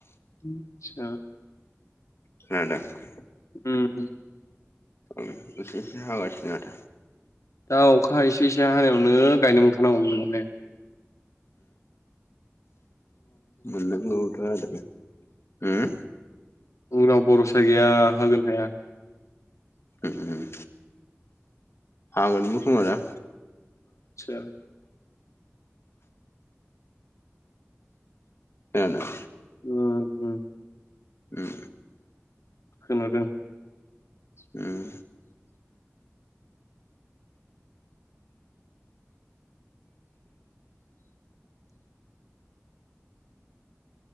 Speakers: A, on the left; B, on the left.
A: आथसा।
B: खोनादों।
A: उम उम।
B: ओम एसे एसे हागासिनो आरो।
A: दा अखा एसे एसे हानायावनो गायनो मोनखानांगौमोन होनबा ने।
B: मोनांगौथ' आरो। होम?
A: उनाव बर'सा गैया होगोन हाया।
B: ओम हागोनबो खोमादा।
A: आतसा।
B: जानो।
A: अ उम।
B: उम।
A: खोनादों।
B: उम।